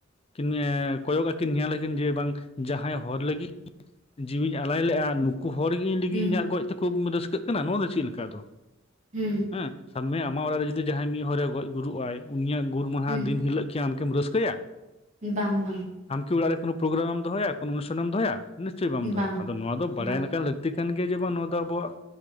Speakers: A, on the left; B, on the right.
A: ᱠᱤᱱ ᱢᱮ ᱠᱚᱭᱼᱚᱜ ᱟᱠᱤᱱ ᱧᱮᱞ ᱞᱟᱠᱤᱱ ᱡᱮ ᱵᱟᱝ ᱡᱟᱦᱟᱸᱭ ᱦᱚᱨ ᱞᱟᱹᱜᱤᱫ ᱡᱤᱣᱤᱧ ᱟᱞᱟᱭ ᱞᱮᱜᱼᱟ, ᱱᱩᱠᱩ ᱦᱚᱲ ᱜᱤ ᱤᱧ ᱞᱤᱹᱜᱤᱫ
B: ᱦᱩᱸ
A: ᱤᱧᱟᱜ ᱜᱚᱡ ᱛᱟᱹᱠᱩ ᱨᱟᱹᱥᱠᱟᱹᱜ ᱠᱟᱱᱟ, ᱱᱚᱣᱟ ᱫᱚ ᱪᱮᱫ ᱞᱮᱠᱟ? ᱟᱫᱚ
B: ᱦᱩᱸ᱾
A: ᱦᱮᱸ ᱥᱟᱵᱽ ᱢᱮ ᱟᱢᱟᱜ ᱚᱲᱟᱜ ᱨᱮ ᱡᱩᱫᱤ ᱡᱟᱦᱟᱸᱭ ᱢᱤᱫ ᱦᱚᱲᱮ ᱜᱚᱡ ᱜᱩᱨᱩᱜ ᱟᱭ ᱩᱱᱤᱭᱟᱜ ᱜᱩᱨ ᱢᱟᱦᱟ
B: ᱦᱩᱸ
A: ᱫᱤᱱ ᱦᱤᱞᱟᱹᱜ ᱠᱤ ᱟᱢᱠᱤᱢ ᱨᱟᱹᱥᱠᱟᱹᱭᱼᱟ?
B: ᱵᱟᱝ, ᱵᱟᱝ᱾
A: ᱟᱢᱠᱤ ᱚᱲᱟᱜ ᱨᱮ ᱯᱨᱳᱜᱨᱟᱢᱮ ᱫᱚᱦᱚᱭᱟ? ᱠᱚᱱᱩᱥᱷᱮᱢ ᱫᱚᱦᱚᱭᱟ? ᱱᱤᱥᱪᱚᱭ ᱵᱟᱢ ᱫᱚᱭᱟ,
B: ᱵᱟᱝ
A: ᱟᱫᱚ ᱱᱚᱣᱟ ᱫᱚ ᱵᱟᱲᱟᱭ
B: ᱵᱟᱝ
A: ᱞᱮᱠᱟᱱ ᱞᱟ. ᱠᱛᱤ ᱞᱟᱹᱠᱛᱤ ᱠᱟᱱ ᱜᱮᱭᱟ ᱡᱮ ᱟᱵᱚ ᱟᱜ ᱱᱚᱣᱟ ᱫᱚ ᱟᱵᱚᱣᱟᱜ